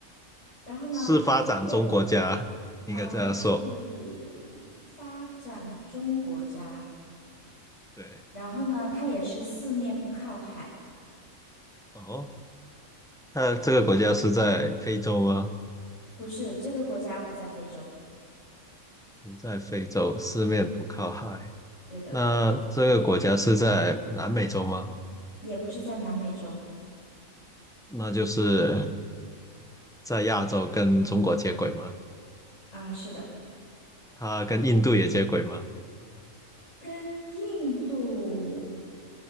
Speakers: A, on the left (about 65°); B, in the centre.
A: 然后呢，
B: 是发展中国家，
A: 它也
B: 应该这样说。
A: 呃是发展中国家，
B: 对，
A: 然后呢，它也是四面不靠海。
B: 哦，那这个国家是在非洲吗？
A: 不是，这个国家不在非洲，
B: 不在非洲，四面不靠海。
A: 对的，
B: 那这个国家是在南美洲吗？
A: 也不是在南美洲
B: 那就是在亚洲跟中国接轨吗？
A: 啊，是的，
B: 它跟印度也接轨吗？
A: 跟印度，